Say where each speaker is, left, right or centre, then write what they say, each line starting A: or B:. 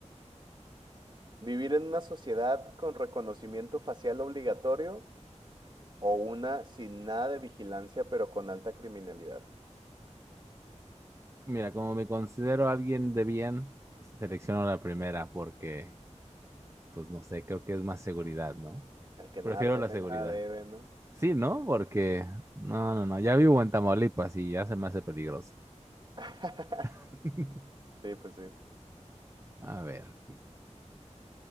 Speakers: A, on the right; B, on the right.
A: vivir en una sociedad con reconocimiento facial obligatorio O una sin nada de vigilancia, pero con alta criminalidad.
B: Mira, como me considero alguien de bien, selecciono la primera porque pues no sé, creo que es más seguridad, ¿no?
A: El que
B: Prefiero
A: nada teme,
B: la seguridad.
A: nada debe, ¿no?
B: Sí, ¿no? Porque, no, no, no, ya vivo en Tamaulipas y ya se me hace peligroso.
A: <laughs>
B: <laughs>
A: Sí, pues sí.
B: A ver,